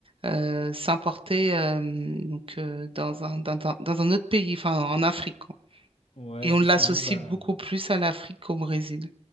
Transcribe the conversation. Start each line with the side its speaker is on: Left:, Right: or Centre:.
Right: euh, s'importer euh, donc euh, dans un, dans, dans dans un autre pays, enfin en Afrique.
Left: Ouais,
Right: Et
Left: ce
Right: on l'associe
Left: sont donc bah,
Right: beaucoup plus à l'Afrique qu'au Brésil.